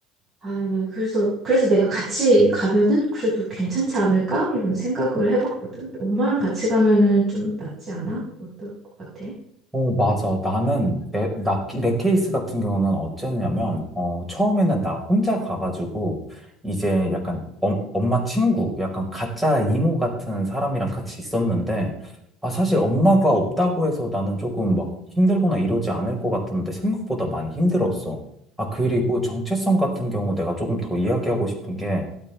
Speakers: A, on the right (about 35°); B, in the centre.
A: 아, 그래서, 그래서 내가 같이 가면은 그래도 괜찮지 않을까? 이런 생각을 해봤거든. 엄마랑 같이 가면은 좀 낫지 않아? 어떨 것 같아?
B: 어, 맞아. 나는, 내, 나, 내 케이스 같은 경우는 어쨌냐면, 어, 처음에는 나 혼자 가가지고, 이제 약간 엄, 엄마 친구, 약간 가짜 이모 같은 사람이랑 같이 있었는데, 아, 사실 엄마가 없다고 해서 나는 조금 막 힘들거나 이러지 않을 것 같았는데, 생각보다 많이 힘들었어. 아, 그리고 정체성 같은 경우 내가 조금 더 이야기하고 싶은 게,